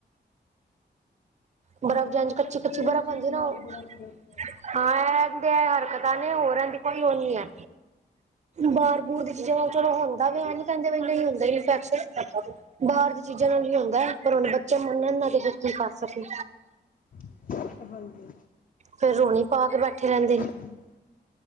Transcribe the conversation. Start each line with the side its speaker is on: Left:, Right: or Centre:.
Right: ਬਰਫ਼ ਖਾਣ
Left: ਹਾਂ
Right: ਚ ਕੱਚੀ
Left: ਬਸ
Right: ਕੱਚੀ
Left: ਫਿਰ ਉਹ
Right: ਬਰਫ਼
Left: ਚੀਜ਼
Right: ਹੁੰਦੀ ਨਾ
Left: ਨਾਲ
Right: ਉਹ
Left: ਬੜਾ ਫ਼ਰਕ ਪੈ
Right: ਹਾਂ ਇਹਦੇ ਹਰਕਤਾਂ ਨੇ ਹੋਰ ਰਹ ਦੀ ਕੋਈ ਉਹ ਨ ਹੈ ਬਾਰ ਬੂਰ ਦੀ ਚੀਜ਼ਾਂ ਨਾਲ ਚਲੋ ਹੁੰਦਾ ਵੀ ਨ ਕਹਿੰਦੇ ਨਹੀਂ ਹੁੰਦਾ ਇਫੈਕਸ਼ਨ ਬਾਹਰ ਦੀ ਚੀਜ਼ਾਂ ਨਾਲ ਵੀ ਹੁੰਦਾ ਹੈ ਪਰ ਹੁਣ ਬੱਚਾ ਮੰਨਣ ਨਾ ਕੀ ਕਰ ਸਕੇ
Left: ਜਾਂਦਾ। ਹਾਂਜੀ
Right: ਫੇਰ ਰੂਣੀ ਪਾ ਕੇ ਬੈਠੇ ਰਹਿੰਦੇ ਨੇ
Left: ਹਮ